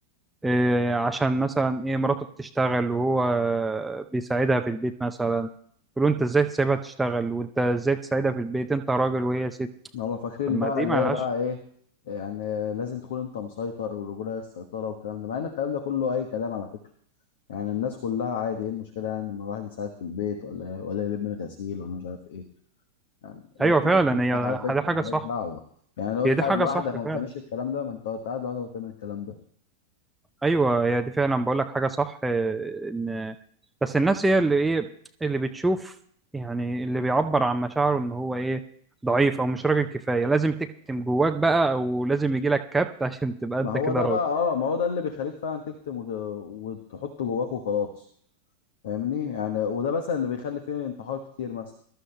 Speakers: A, in the centre; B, on the left.
A: إيه عشان مثلا ايه مراته بتشتغل وهو آه، بيساعدها في البيت مثلا يقولوا انت ازاي تسيبها تشتغل وانت ازاي تساعدها في البيت انت راجل وهي ست
B: هما فاكرين
A: طب ما
B: بقى
A: دي
B: اللي
A: مالهاش
B: هي بقى ايه يعني لازم تكون انت مسيطر والرجوله هي السيطره والكلام ده مع ان الكلام ده كله اي كلام على فكره يعني الناس كلها عادي ايه المشكله يعني ان الواحد يساعد في البيت ولا إيه؟ ولا يلم الغسيل ولا مش عارف ايه يعني ما
A: ايوه
B: تقلش
A: فعلا
B: منك
A: هي
B: على فكره
A: دي حاجه
B: ملهاش
A: صح
B: دعوه يعني لو
A: هي
B: انت
A: دي
B: قاعد
A: حاجه
B: لوحدك
A: صح
B: ما بتعملش
A: فعلا
B: الكلام ده ما انت قاعد لوحدك ما بتعمل الكلام ده
A: ايوه هي دي فعلا بقول لك حاجه صح آه، ان بس الناس هي اللي ايه اللي بتشوف يعني اللي بيعبر عن مشاعره ان هو ايه ضعيف او مش راجل كفايه لازم تكتم جواك بقى او لازم يجي لك كبت <laughs> عشان تبقى انت
B: ما هو
A: كده
B: ده
A: راجل
B: بقى اه ما هو ده اللي بيخليك فعلا تكتم وت... وتحط جواك وخلاص فاهمني يعني وده مثلا اللي بيخلي فيه انتحار كتير مثلا